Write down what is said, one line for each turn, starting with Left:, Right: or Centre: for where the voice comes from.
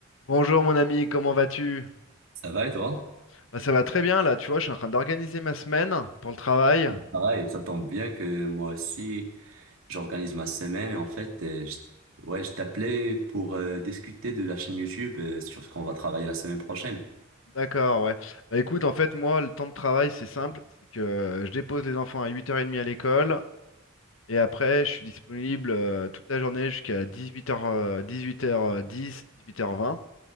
Left: Bonjour mon ami, comment vas-tu?
Right: Ça va et toi?
Left: Bah, ça va très bien là, tu vois, je suis en train d'organiser ma semaine pour le travail.
Right: Pareil, ça tombe bien que moi aussi, j'organise ma semaine et en fait, euh, je, ouais, je t'appelais pour euh, discuter de la chaîne YouTube euh, sur ce qu'on va travailler la semaine prochaine.
Left: D'accord, ouais. Bah écoute, en fait, moi, le temps de travail, c'est simple, c'est que euh, je dépose les enfants à 8h30 à l'école et après, je suis disponible euh, toute la journée jusqu'à dix-huit heures, euh, dix-huit heures euh, dix, 10 18 18h20.